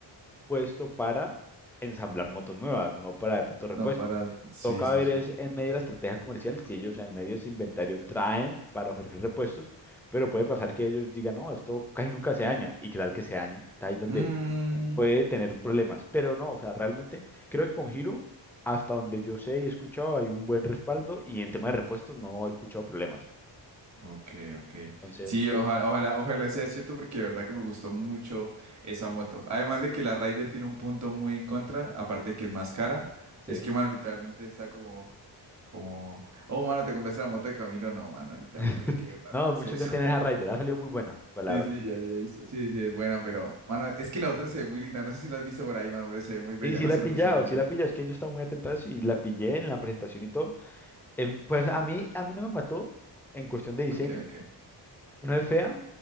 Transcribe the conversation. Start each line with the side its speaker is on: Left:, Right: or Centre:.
Centre: puesto para ensamblar motos nuevas, no para de pronto repuestos.
Right: No, para. Sí,
Centre: Toca
Right: sí,
Centre: ver
Right: sí.
Centre: es en medio de la estrategia comercial si ellos en medio de ese inventario traen para ofrecer repuestos, pero puede pasar que ellos digan, no, esto casi nunca se daña, y que tal que se dañe, está ahí donde
Right: Mm,
Centre: puede tener problemas, pero no, o sea, realmente creo que con Hero, hasta donde yo sé y he escuchado, hay un buen respaldo y en tema de repuestos no he escuchado problemas.
Right: Ok, ok.
Centre: Entonces,
Right: Sí, ojalá, ojalá, ojalá sea cierto porque de verdad que me gustó mucho esa moto. Además de que la Rider tiene un punto muy en contra, aparte de que es más cara,
Centre: sí.
Right: es que, mano, literalmente está como, como, oh, mano, te compraste la moto de Camilo. No, mano, literalmente
Centre: <laughs>
Right: no quiero que
Centre: No,
Right: pase
Centre: muchos
Right: eso.
Centre: ya tienen
Right: <laughs>
Centre: esa Rider, ha salido muy buena, pues la
Right: Sí,
Centre: verdad.
Right: sí, ya, ya he visto. Sí, sí, es buena, pero, mano, es que la otra se ve muy linda. No sé si la has visto por ahí, mano, pero se ve muy bella.
Centre: Sí, sí
Right: No
Centre: la
Right: sé,
Centre: he Vale,
Right: me gusta
Centre: pillado,
Right: mucho.
Centre: sí vale. la he pillado, es que yo estaba muy atento a eso y la pillé en la presentación y todo. Em, pues a mí, a mí no me mató en cuestión de diseño,
Right: Ok, ok.
Centre: no es fea,